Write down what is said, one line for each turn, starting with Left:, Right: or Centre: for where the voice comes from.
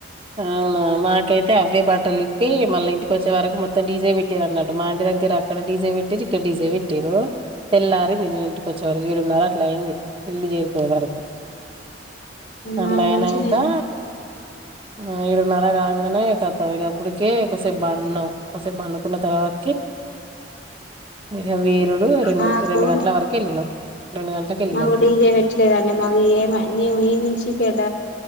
Right: అవునా మాకైతే అవే బట్ట తలితే మళ్ళ ఇంటి ఇ కొంచచ్చ వర మొం డీజే పెట్టారు అన్నట్ మా ఇంటి దగ్గర అక్కడ డీజే పెట్టారు ఇక్కడ డీజే పెట్టారు తెల్లారింది నువ్వు ఇంటికి వచ్చే వరకు ఏడున్నర అట్లా అయింది ఇల్లు చేరుకుయే వరకు అలాయినాకా
Left: మాకు మంచినే
Right: ఆ ఏడున్నర కాగానే కతాం ఇప్పటికే ఒకసేపు బంన్నం ఒకసేపు బండుుకున్న తర్వాత ఇక వీరుడు రెండు
Left: మాకు
Right: రెండు గంటల వరకు వెళ్ళినాం రెండు గంటలకు వెళ్ళినాం
Left: మాకు కూడా
Right: మేము
Left: ఇగే పెట్టలేదండి మాకు ఏమ న ఈ నుంచి పెద్ద